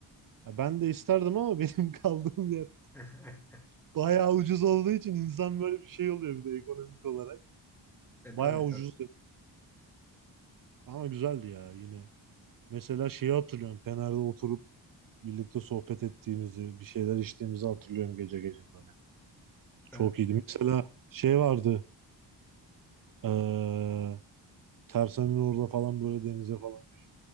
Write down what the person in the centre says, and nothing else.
<laughs>
e
tabii
tabii.
Evet,